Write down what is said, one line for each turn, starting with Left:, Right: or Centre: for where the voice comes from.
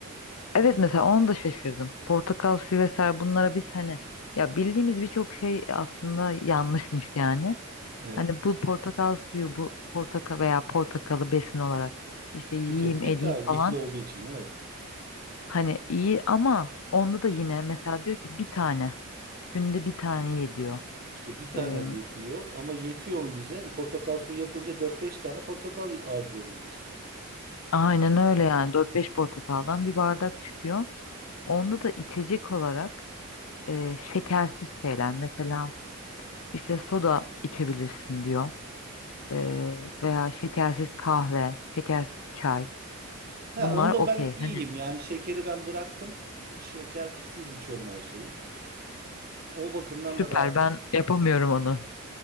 Left: Evet mesela onu da şaşırdım. Portakal suyu vesaire bunlara biz hani ya bildiğimiz birçok şey aslında yanlışmış yani.
Right: Evet.
Left: Hani bu portakal suyu bu portakal veya portakalı besin olarak işte yiyeyim
Right: Tüketmek
Left: edeyim
Right: daha iyi,
Left: falan.
Right: lifli olduğu için evet.
Left: Hani iyi ama onda da yine mesela diyor ki bir tane günde bir tane ye diyor.
Right: İşte bir tane
Left: Ee,
Right: yetiyor ama yetiyor mu bize? Portakal suyu yapınca dört beş tane portakal harcıyoruz biz.
Left: aynen öyle yani dört beş portakaldan bir bardak çıkıyor. Onda da içecek olarak e, şekersiz şeyler mesela işte soda içebilirsin diyor. Ee, veya şekersiz kahve, şekersiz çay.
Right: He,
Left: Bunlar
Right: onda
Left: okey.
Right: ben iyiyim
Left: Hani
Right: yani şekeri ben bıraktım. Şekersiz içiyorum her şeyi. O bakımdan
Left: süper
Right: da rahatım.
Left: ben yapamıyorum onu.